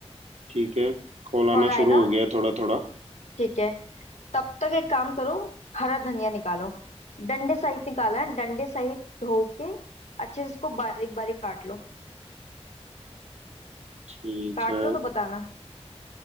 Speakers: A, on the right; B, on the left.
A: ठीक है खोलाना
B: खौल आएगा
A: शुरू हो गया थोड़ा थोड़ा
B: ठीक है तब तक एक काम करो हरा धनिया निकालो डंडे सहित निकालना है डंडे सहित धो के अच्छे से इसको बारीक बारीक काट लो
A: ठीक
B: काट
A: है
B: लो तो बताना